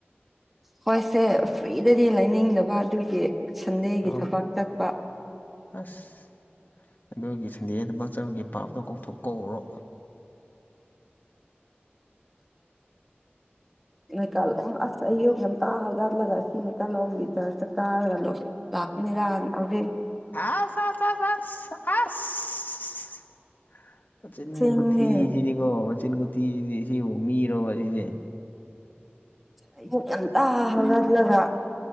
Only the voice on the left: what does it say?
ꯑꯣ
ꯑꯁ ꯑꯗꯨꯒꯤ ꯁꯟꯗꯦꯗ ꯊꯕꯛ ꯆꯕꯒꯤ ꯄꯥꯞꯇꯣ ꯀꯣꯛꯊꯣꯛ ꯀꯣꯛꯎꯔꯣ
ꯑꯁ ꯑꯁ ꯑꯁ ꯑꯁ ꯑꯁ ꯃꯆꯤꯟ
ꯀꯨꯊꯤꯁꯤꯗꯤꯀꯣ ꯃꯆꯤꯟ ꯀꯊꯤꯁꯤꯗꯤ ꯁꯤꯕꯨ ꯃꯤꯔꯣꯔꯕ ꯑꯁꯤꯁꯦ